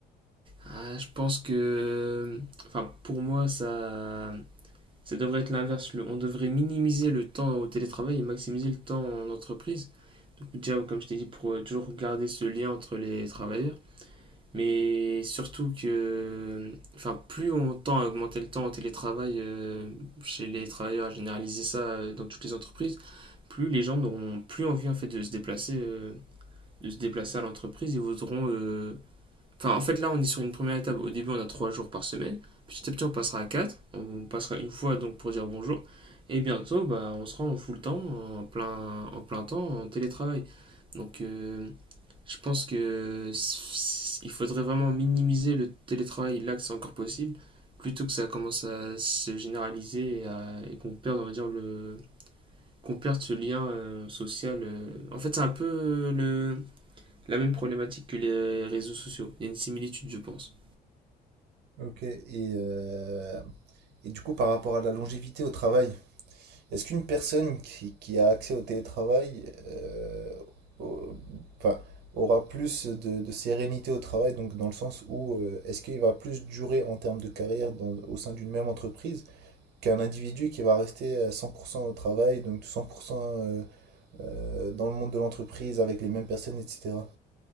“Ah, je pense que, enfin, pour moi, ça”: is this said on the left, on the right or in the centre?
Right